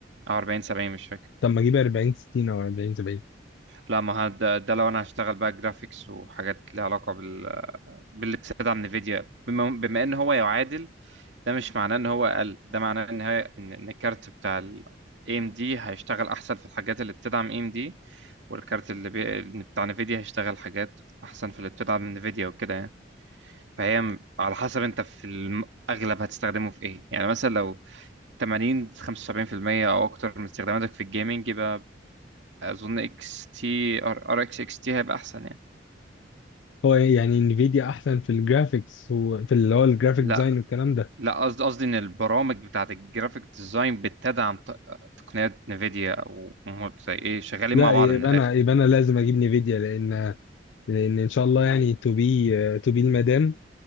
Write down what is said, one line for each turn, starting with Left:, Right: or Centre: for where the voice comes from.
Right: او 40 70 مش فاكر
Left: طب ما اجيب 40 60 او 40 70
Right: لا ما هو ده, ده لو انا هشتغل بقى جرافيكس وحاجات ليها علاقة بال باللي بتدعم من نفيديا بما, بما ان هو يعادل ده مش معناه ان هو اقل ده معناه ان هي ان إن الكارت بتاع ال AMD هيشتغل احسن في الحاجات اللي بتدعم AMD والكارت اللي بي... اللي بتاع نفيديا هيشتغل حاجات احسن في اللي بتدعم من نفيديا وكده يعني فهي م- على حسب انت في الاغلب هتستخدمه في ايه يعني مثلا لو 80 75% او اكتر من استخداماتك في الجيمنج يبقى اظن اكس تي ار اكس اكس تي هيبقى احسن يعني
Left: هو إيه يعني انفيديا احسن في الجرافيكس وفي اللي هو الجرافيك
Right: لا
Left: ديزاين والكلام ده
Right: لا قصدي قصدي ان البرامج بتاعت الجرافيك ديزاين بتدعم ت- تقنيات نفيديا او مه- زي ايه شغالين
Left: لا
Right: مع بعض
Left: يبقى
Right: من الاخر
Left: انا يبقى انا لازم اجيب نفيديا لان لان ان شاء الله يعني تو بي تو بي المدام